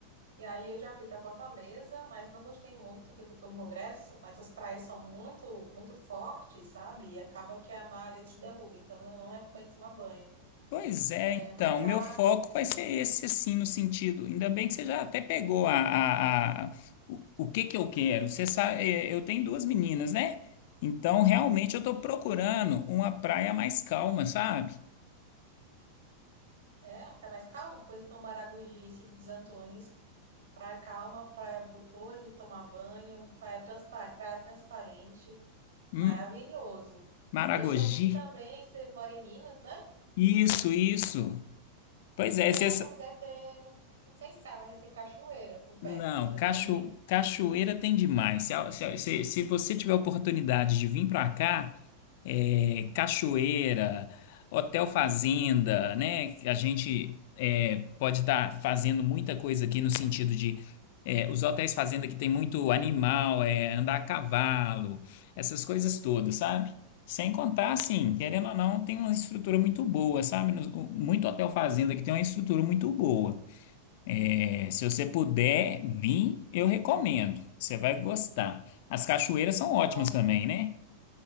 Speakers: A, on the right; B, on the left.
A: e aí eu já fui para Fortaleza, mas não gostei muito que eu fui para o Congresso, mas as praias são muito, muito fortes, sabe? E acaba que a maré te derruba, então eu não recomendo tomar banho.
B: Pois é,
A: É,
B: então,
A: mas já,
B: meu foco vai ser esse, assim, no sentido. Ainda bem que você já até pegou a, a, a- o, o que que eu quero. Você sabe, é, eu tenho duas meninas, né? Então, realmente, eu tô
A: sim,
B: procurando
A: sim.
B: uma praia mais calma, sabe?
A: É, um lugar mais calmo, pois então Maragogi e Sítio dos Antunes Praia calma, praia bo- boa de tomar banho, praia, transpa- praia transparente,
B: Hum,
A: maravilhoso.
B: Maragogi.
A: Eu soube que também você mora em Minas, né?
B: Isso, isso. Pois
A: Minas
B: é,
A: Gerais
B: você
A: também deve ter, não tem praia, mas deve ter cachoeira por
B: Não,
A: perto, se eu imagino.
B: cacho, cachoeira tem demais. Se, a- se, a- se- se você tiver oportunidade de vir para cá, é, cachoeira, hotel fazenda, né? A gente é, pode estar fazendo muita coisa aqui no sentido de é, os hotéis fazenda que tem muito animal, é, andar a cavalo, essas coisas todas, sabe? Sem contar, assim, querendo
A: Sei.
B: ou não, tem uma estrutura muito boa, sabe? No- Muito hotel fazenda que tem uma estrutura muito boa. É, se você puder vir, eu recomendo. Você vai gostar. As cachoeiras são ótimas
A: Nossa,
B: também,
A: de-
B: né?